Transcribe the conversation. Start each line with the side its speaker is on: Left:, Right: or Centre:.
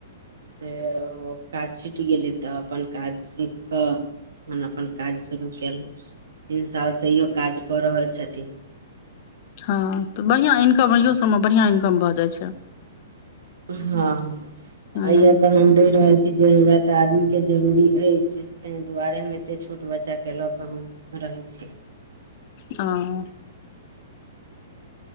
Right: सँ काज छुटि गेली तखन अपन काज सीख कऽ हम अपन काज शुरू कयलहुँ तीन सालसँ आहों काज कऽ रहल छथिन
Left: तऽ बढ़िआँ इनकम इहो सभमे बढ़िआँ इनकम भऽ जाइ छै
Right: हँ हँ अ
Left: हँ
Right: तऽ हमडे रह जे हमरा तऽ आदमीके जरूरी अछि ताहि दुआरे हम एतेक छोट बच्चाके लऽ कऽ हम <unintelligible>
Left: हां